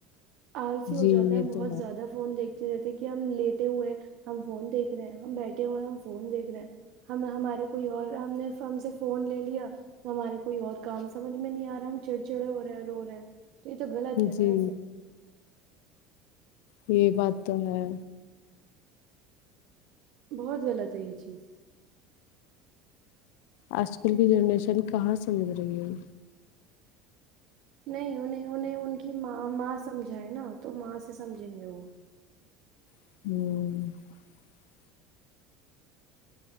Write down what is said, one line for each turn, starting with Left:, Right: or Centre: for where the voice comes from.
Right: آلسی ہو
Left: جی
Right: جاتا ہے
Left: یہ
Right: ہم بہت
Left: تو
Right: زیادہ فون دیکھتے۔ رہتے کہ ہم لیٹے ہوئے ہم فون دیکھ رہے ہیں ہم بیٹھے ہوئے ہیں ہم فون دیکھ رہے ہیں ہم ہمارے کوئی اور ہم نے ہم سے فون لے لیا ہمارے کوئی اور کام سمجھ میں نہیں آ رہا ہم چڑ چڑ ہو رہے ہیں رو رہے ہیں۔ تو یہ تو غلط ہے
Left: جی
Right: نا ایسے۔
Left: یہ بات تو ہے۔
Right: بہت غلط ہے یہ چیز۔
Left: آج کل کی جنریشن کہاں سمجھ رہی ہے۔
Right: نہیں انہیں انہیں ان کی ماں ماں سمجھاائے نا تو ماں سے سمجھیں گے وہ۔
Left: ہوں۔